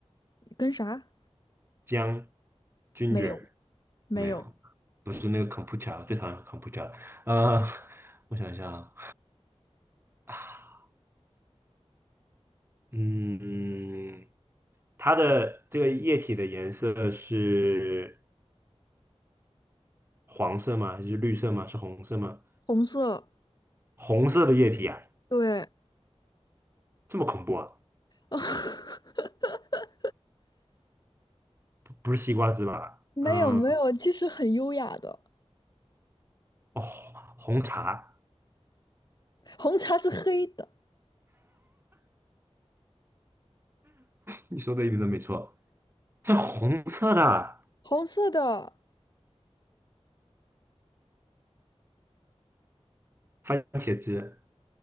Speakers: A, on the left (about 40°); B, on the right (about 20°).
A: 跟啥？
B: 姜，ginger，
A: 没有，没有，
B: 没有，不是那个 c o m p u t e r 最讨厌 c o m p u t e r 呃，<laughs> 我想一下啊，嗯，它的这个液体的颜色是黄色吗？还是绿色吗？是红色吗？
A: 红色，
B: 红色的液体啊，
A: 对，
B: 这么恐怖啊？
A: <laughs>
B: 不不是西瓜汁吧？
A: 没有没有，
B: 嗯，
A: 其实很优雅的，
B: 哦，红茶，
A: 红茶是黑的，
B: 你说的一点都没错，是红色的
A: 红色的，
B: 番茄汁，